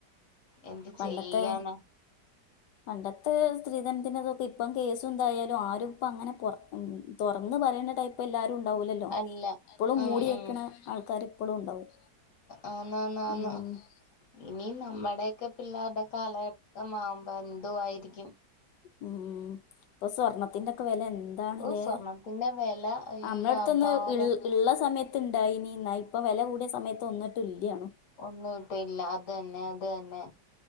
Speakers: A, on the left; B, on the left.
A: എന്ത്
B: പണ്ടത്തെ
A: ചെയ്യാനാ
B: പണ്ടത്തെ സ്ത്രീധനത്തിന്റെതൊക്കെ ഇപ്പം കേസും ന്തായാലും ആരും ഇപ്പ അങ്ങനെ പൊറത്ത തുറന്നന്ന് പറയേണ ടൈപ്പ് ഇപ്പ എല്ലാരും ഉണ്ടാവൂലല്ലോ
A: അല്ല
B: ഇപ്പളും
A: ഉം
B: മൂടി
A: ഉം
B: വെക്കണ ആൾക്കാർ ഇപ്പളും ഉണ്ടാവും
A: ആ ന്ന ന്ന
B: ഉം.
A: ന്ന് ഇനി നമ്മടെക്കെ പിള്ളേരുടെെ കാലഘട്ടമാവുമ്പോ എന്തുവായിരിക്കും
B: ഉം ഇപ്പൊ സ്വർണത്തിന്റെക്കെ വെല എന്ത ന്താണ്ലേ
A: ഓ സ്വർണത്തിന്റെ വെല അയ്യോ
B: നമ്മളടുത്ത ക്കെന്ന്
A: അപാരം
B: ഉള്ള സമയത്ത്ണ്ടായിനി ഇന്ന ഇപ്പൊ വില കൂടിയ സമയത്ത് ഒന്ന ട്ടുല്യാണും
A: ഒന്നും ഒട്ടില്ല അത് തന്നെ അത് തന്നെ